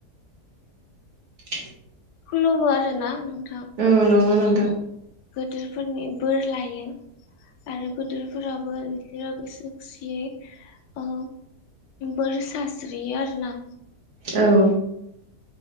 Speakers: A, on the right (about 65°); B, on the left (about 85°).
A: <inaudible>
B: खूलुमो आरो ना नों
A: ओम नोंगौ नोंथां
B: गोदोरफोरनि बोर लायो आरो गदोरफोराबो बिसोरो गोसो खुसियै ओ बोर साज्रियो आरो ना
A: औ